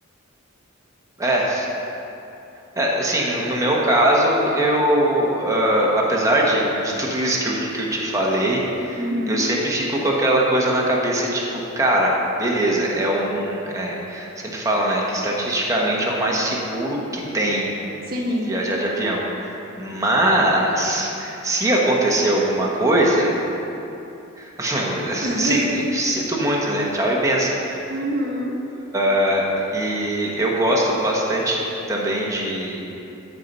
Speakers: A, on the right; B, on the right.
A: É, é, assim, no no meu caso, eu, ah, apesar de, de tudo isso que eu, que eu te falei,
B: Uhum.
A: Eu sempre fico com aquela coisa na cabeça, tipo, cara, beleza, é um. é, sempre falam, né, que estatisticamente é o mais seguro que tem
B: Sim.
A: viajar de avião. Mas, se acontecer alguma coisa, <laughs>
B: <laughs>
A: assim, sinto muito, né? Tchau e benção.
B: Uhum.
A: Ah, E eu gosto bastante também de.